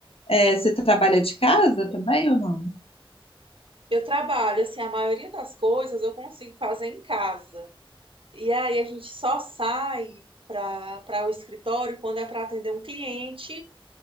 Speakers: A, on the left (about 85°); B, on the right (about 70°).
A: É, você trabalha de casa também ou não?
B: Eu trabalho, assim, a maioria das coisas eu consigo fazer em casa. E aí a gente só sai para para o escritório quando é para atender um cliente